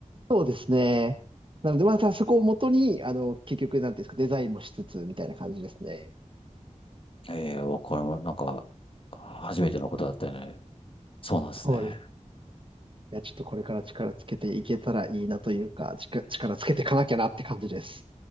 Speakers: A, on the right; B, on the left.
A: そうですね。なので、またそこを元に、あの、結局、なんていうんですか、デザインもしつつみたいな感じですね。
B: ええ、わかりま、なんか、初めてのことだったよね。そうなんですね。
A: そうです。いや、ちょっとこれから力つけていけたらいいなというか、ちか力つけていかなきゃなって感じです。